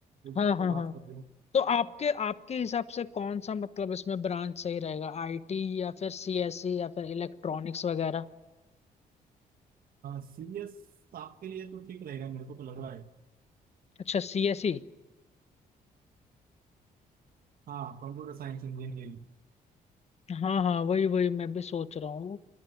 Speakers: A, on the right; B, on the left.
A: उससे
B: हाँ हाँ
A: बात
B: हाँ
A: कर लो
B: तो आपके आपके हिसाब से कौन सा मतलब इसमें ब्रांच सही रहेगा आईटी या फिर सीएसई या फिर इलेक्ट्रॉनिक्स वगैरह
A: सीरियस आपके लिए तो ठीक रहेगा मेरे को तो लग रहा है
B: अच्छा सीएसई
A: हाँ कंप्यूटर साइंस इंजीनियरिंग
B: हाँ हाँ वही वही मैं भी सोच रहा हूँ